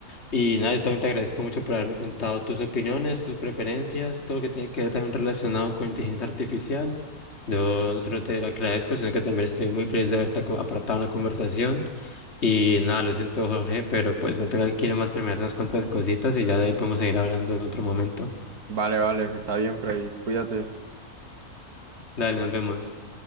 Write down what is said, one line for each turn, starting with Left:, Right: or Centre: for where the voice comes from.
Left: Y nada, yo también te agradezco mucho por haberme contado tus opiniones, tus preferencias, todo lo que tiene que ver también relacionado con inteligencia artificial. Yo no solo te lo agradezco, sino que también estoy muy feliz de haberte aco- aportado en la conversación. Y nada, lo siento, Jorge, pero pues me tengo que ir nomás terminar unas cuantas cositas y ya de ahí podemos seguir hablando en otro momento.
Right: Vale, vale, está bien, Freddy, cuídate.
Left: Dale, nos vemos.